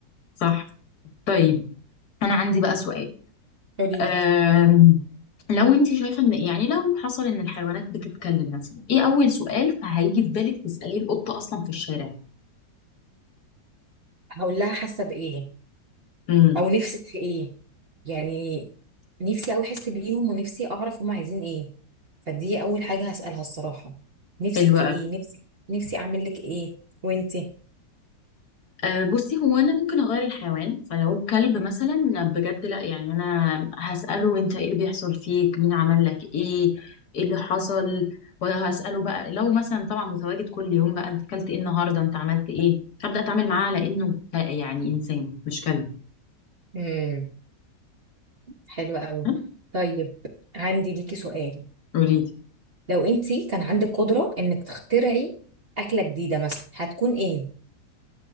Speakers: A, on the left; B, on the right.
A: صح طيب انا عندي بقى سؤال
B: قولي
A: أم...
B: لي
A: لو انت شايفه ان يعني لو حصل ان الحيوانات بتتكلم مثلا ايه اول سؤال فهيجي في بالك تساليه القطه اصلا في الشارع
B: هقول لها حاسه بايه
A: امم
B: او نفسك في ايه يعني نفسي قوي احس بيهم ونفسي اعرف هم عايزين ايه فدي اول حاجه هسالها الصراحه نفسك
A: حلو
B: في ايه نفسك نفسي اعمل لك ايه وانتي
A: أه بصي هو انا ممكن اغير الحيوان فلو كلب مثلا بجد لا يعني انا هساله انت ايه اللي بيحصل فيك مين عمل لك ايه ايه اللي حصل وهساله بقى لو مثلا طبعا متواجد كل يوم بقى انت اكلت ايه النهارده انت عملت ايه هبدا اتعامل معاه على انه ك- يعني انسان مش كلب
B: امم حلوه قوي
A: ها؟
B: طيب عندي ليكي سؤال
A: قوليلي
B: لو انتي كان عندك قدره انك تخترعي اكله جديده مثلا هتكون ايه